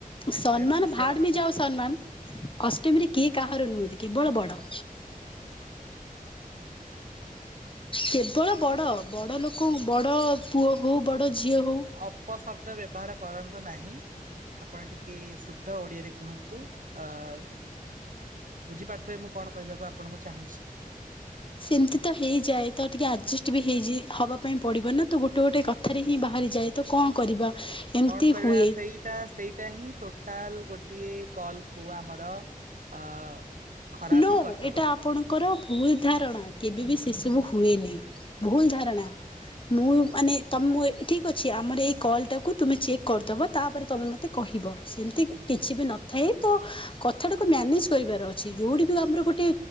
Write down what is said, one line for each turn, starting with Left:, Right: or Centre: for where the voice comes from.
Left: ସମ୍ମାନ
Right: ତେଣୁ ଖୁସି
Left: ଭାଡ଼େମେ
Right: ହବା କଥା
Left: ଯାଅ ସମ୍ମାନ। ଅଷ୍ଟମୀରେ କିଏ କାହାର ନୁହଁନ୍ତି କେବଳ ବଡ଼। କେବଳ
Right: ଆପଣ
Left: ବଡ଼ ବଡ଼ ଲୋକ ବଡ଼ ପୁଅ ହଉ ବଡ଼ ଝିଅ ହଉ।
Right: ଉପ ଶବ୍ଦ ବ୍ୟବହାର କରନ୍ତୁ ନାହିଁ। ଆପଣ ଟିକେ ସୁଦ୍ଧା ଓଡିଆରେ କୁହନ୍ତୁ ଅ ବୁଝିପାରୁଥିବେ ମୁଁ କଣ କହିବାକୁ ଆପଣଙ୍କୁ ଚାହୁଁଛି।
Left: ସେମିତିତ ହେଇଯାଏ ତଟିକେ ଆଡଜଷ୍ଟବି ହେଇଯେ ହବା ପାଇଁ ପଡ଼ିବନା ତଗୋଟେ ଗୋଟେ କ ଥାରେହିଁ ବାହାରି ଯାଏ ତକଣ କରିବା। ଏମିତି
Right: କଣ କରିବା
Left: ହୁଏ
Right: ସେଇଟା ସେଇଟାହିଁ ଟୋଟାଲି ଗୋଟିଏ କଲକୁ ଆମର ଅଁ ଖରାପହିଁ
Left: ନୋ
Right: କରିଦବ।
Left: ଏଇଟା ଆପଣଙ୍କର ଭୁଲ ଧାରଣା କେବେବି ସେସବୁ ହୁଏନି ଭୁଲ ଧାରଣା। ମୁଁ ମାନେ ତମ ମୁଁ ଠିକ୍ ଅଛି ଆମର ଏଇ କଲ୍ଟାକୁ ତୁମେ ଚେକ୍ କରିଦେବ ତାପରେ ତମେ ମୋତେ କହିବ। ସେମିତି କିଛିବି ନଥାଏ ତକଥାଟାକୁ ମ୍ୟାନେଜ କରିବାର ଅଛି ଯୋଉଠିବି ଆମର ଗୋଟେ